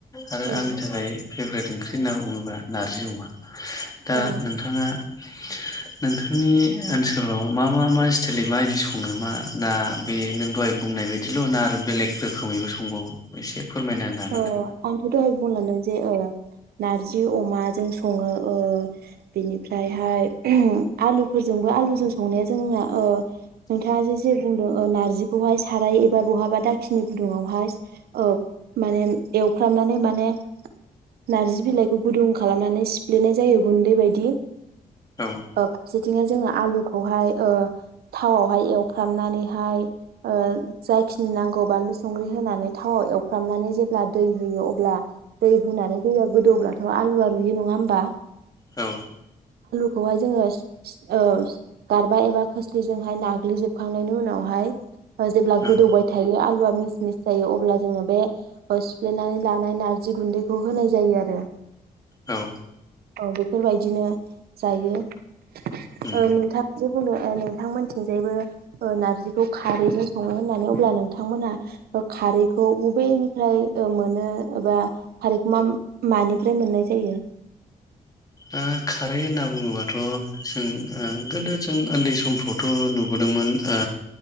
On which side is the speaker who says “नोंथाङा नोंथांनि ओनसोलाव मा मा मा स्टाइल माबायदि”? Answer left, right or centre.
Left